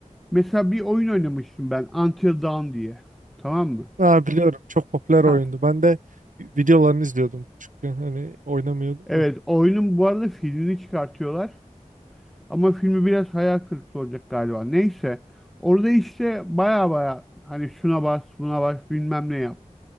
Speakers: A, in the centre; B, on the right (about 75°).
A: mesela bir oyun oynamıştım ben Until Dawn diye. Tamam mı?
B: ha, biliyorum. Çok popüler oyundu.
A: Ha. <laughs>
B: Ben de videolarını izliyordum küçükken. Hani oynamıyordum
A: Evet
B: da.
A: oyunun bu arada filmini çıkartıyorlar. Ama filmi biraz hayal kırıklığı olacak galiba. Neyse. Orada işte baya baya hani şuna bas, buna bas, bilmem ne yap